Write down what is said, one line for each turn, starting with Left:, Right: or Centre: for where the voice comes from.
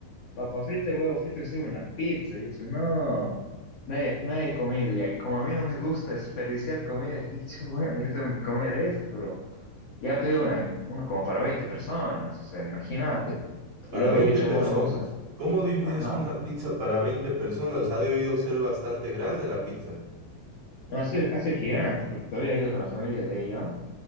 Left: Papa frita y huevo frito encima de una pizza. He dicho, no, nadie, nadie ha comido. Y ahí, como a mí no me gusta desperdiciar comida, he dicho, bueno, yo tengo que comer esto, bro. Ya pedí una, una como para 20 personas, o sea, imagínate. Y
Right: Para
Left: luego
Right: 20
Left: he dicho,
Right: personas.
Left: bueno, vamos a...
Right: ¿Cómo divides
Left: Ajá.
Right: una pizza para 20 personas? Ha debido ser bastante grande la pizza.
Left: No, ha sido, ha sido gigante, porque todavía he ido con la familia de ella